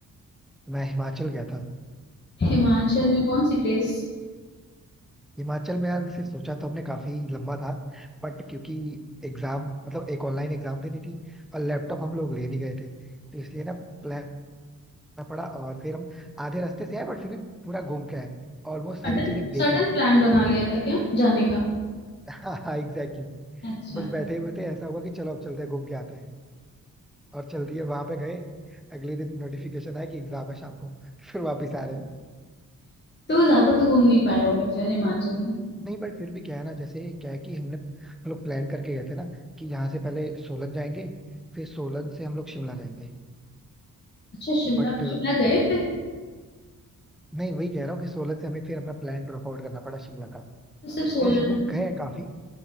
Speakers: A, in the centre; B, on the left (about 30°).
A: मैं हिमाचल गया था
B: हिमाचल में कौन सी प्लेस
A: हिमाचल में यार वैसे सोचा तो हमने काफी लंबा था बट क्योंकि एग्जाम मतलब एक ऑनलाइन एग्जाम देनी थी और लैपटॉप हम लोग ले नहीं गए थे तो इसलिए ना प्लान करना पड़ा और फिर हम आधे रास्ते से आए बट फिर भी पूरा घूम के आए ऑलमोस्ट सारी
B: सडन
A: चीजें देख
B: सडन
A: ली थी
B: प्लान बना लिया था क्या जाने का
A: <laughs> हाँ हाँ एग्जैक्टली
B: अच्छा
A: बस बैठे हुए थे ऐसा हुआ कि चलो अब चलते हैं घूम के आते हैं और चल रही है वहां पे गए अगले दिन नोटिफिकेशन आया कि एग्जाम है शाम को <laughs> फिर वापस आ रहे हैं
B: तो ज्यादा तो घूम नहीं पाए होगे फिर हिमाचल में
A: नहीं बट फिर भी क्या है ना जैसे क्या है कि हमने हम लोग प्लान करके गए थे ना कि यहाँ से पहले सोलन जाएंगे फिर सोलन से हम लोग शिमला जाएंगे
B: अच्छा शिमला
A: बट
B: शिमला गए फिर
A: नहीं वही कह रहा हूँ कि सोलन से हमें फिर अपना प्लान ड्रॉप आउट करना पड़ा शिमला का
B: तो सिर्फ सोलन
A: ये शिमला गए हैं काफी